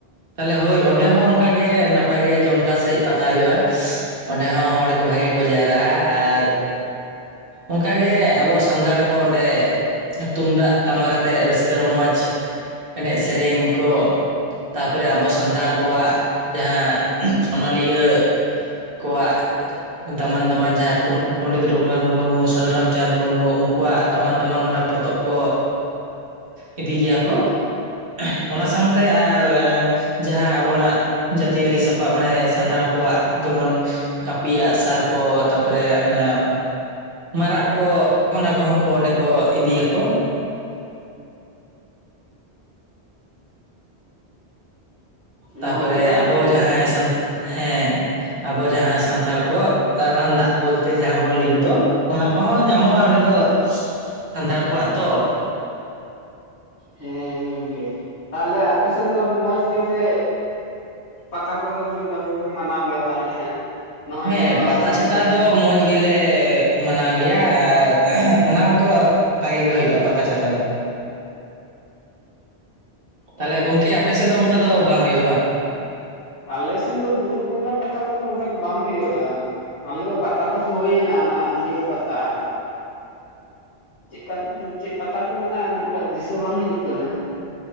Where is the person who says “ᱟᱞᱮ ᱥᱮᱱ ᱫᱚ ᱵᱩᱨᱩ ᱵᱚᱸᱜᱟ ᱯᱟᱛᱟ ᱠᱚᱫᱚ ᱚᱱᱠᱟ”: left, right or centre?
Left